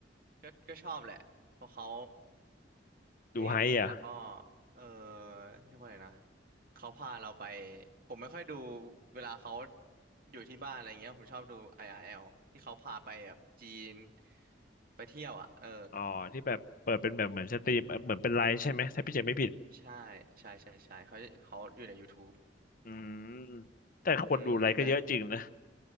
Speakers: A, on the right; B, on the left.
A: ก็ก็ชอบแหละเพราะเขาเท่ดีแล้วก็
B: ดูไฮอ่ะ
A: เออเรียกว่าไงนะเขาพาเราไปผมไม่ค่อยดูเวลาเขาอยู่ที่บ้านอะไรเงี้ยผมชอบดู i ออาร์แอลที่เขาพาไปแบบจีนไปเที่ยวอ่ะเออ
B: อ๋อที่แบบเปิดเป็นแบบเหมือนสตรีมเอ่อเหมือนเป็นไลฟ์ใช่ไหมถ้าพี่เจไม่ผิด
A: ใช่ใช่ใช่ใช่เขาเขาอยู่ใน YouTube
B: อืมแต่คนดูไลฟ์ก็เยอะจริงนะ
A: อืมแต่